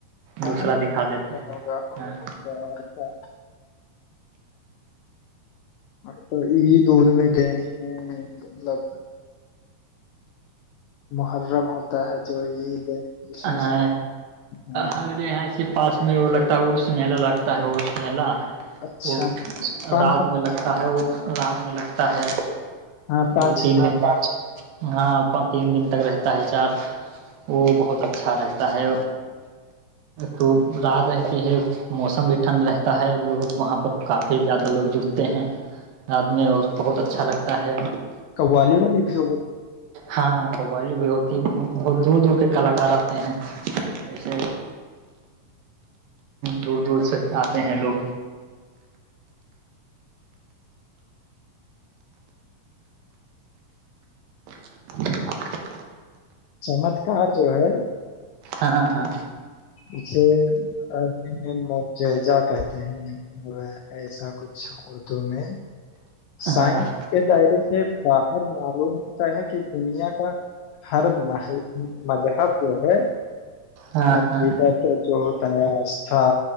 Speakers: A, on the left (about 85°); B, on the right (about 80°).
A: ہاں
B: دوسرا دکھا دیتے
A: ہوگاا
B: ہیں
A: اچا ااں تو یہی دور میں گئے ہیں مطلب محرم ہوتا ہے جو عید اس میں
B: ہاں
A: ہاں،
B: ہمے یہاں پاس میں وہ لگتا ہے اڑس ملا لگتا ہے ارس ملا
A: اچھا
B: وہ
A: پانچ
B: رات
A: سات
B: میں
A: دن
B: لگتا
A: کا ہوتا-
B: ہے وہ رات میں لگتا تا ہے
A: ہاں پانچ
B: دو تین
A: چھ
B: دن ہاں پانچ تین دن تک رہتا ہے چار وہ بہت اچھا رہتا ہے تو رات رہتی ہے موسم بھی ٹھنڈ رہتا ہے لوگ وہاں پر کافی زیادہ لوگ جٹتے ہیں آدمی بہت اچھا لگتا ہے <unintelligible>
A: <unintelligible>
B: ہاں قوالی بھی ہوتی ہے بہت دور دور کے کلاکار آتے ہیں جیسے دور دور سے آتے ہیں لوگ <inaudible>
A: چمتکار جو ہے
B: ہاں ہاں ہاں
A: اسے جیجہ کہتے ہیں ایسا کچھ شک میں سائنس
B: ہاں
A: کے دائرے سے باہر معلوم ہوتا ہے کہ دنیا کا ہر م مذہب جو ہے
B: ہاں
A: ادھر
B: ہاں
A: تو جو ہوتا ہے آھا